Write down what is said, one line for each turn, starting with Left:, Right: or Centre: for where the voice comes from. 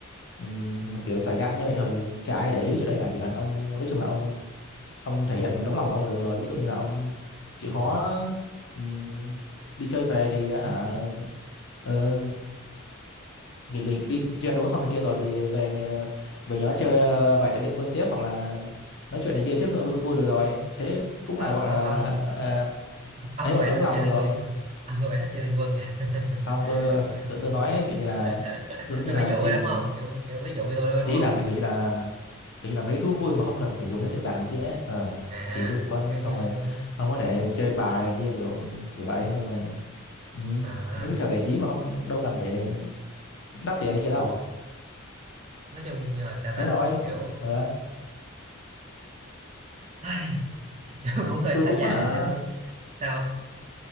Left: ừm, kiểu xài gã như vậy thôi chả ai để ý với chuyện đấy cả chỉ cần ông nói chung là ông ông thể hiện bằng tấm lòng của ông là được rồi ví dụ như là ông chịu
Right: Ừ.
Left: khó ừm, đi chơi về thì á hả ờ, nghỉ, nghỉ đi chơi ăn uống xong này kia rồi thì về nhà về nhà nó chơi ờ, vài trận liên quân tiếp hoặc là nói chuyện này kia trước vui, vui được rồi thế cũng
Right: à,
Left: là gọi
Right: ông
Left: là
Right: ông
Left: ờ,
Right: ông
Left: ấy
Right: có
Left: mà
Right: vẻ
Left: tấm
Right: thích
Left: lòng
Right: chơi
Left: được
Right: liên
Left: rồi
Right: quân nữa ông có vẻ thích chơi liên quân nha
Left: không
Right: <laughs>
Left: tôi tôi, tôi nói kiểu như là
Right: <laughs>
Left: giống
Right: là
Left: như là
Right: ví dụ thôi
Left: tìm
Right: đúng không kiểu, kiểu ví dụ cho tôi thôi đúng
Left: ý
Right: không
Left: là mày kiểu như là kiểu như là mấy thú vui mà không cần phải dùng đến tiền bạc này kia ấy ờ
Right: à
Left: thì liên quan
Right: kiểu như
Left: xong rồi ông có thể chơi bài này kia kiểu, kiểu vậy xong rồi ừ.
Right: à
Left: mấy cái trò giải trí mà không đâu cần phải đắp tiền này kia đâu
Right: nói chung như là sao ta
Left: thế rồi
Right: kiểu
Left: ờ.
Right: ai <laughs> tôi cũng hơi
Left: tôi
Right: thở
Left: cũng
Right: dài
Left: hả
Right: chứ sao không?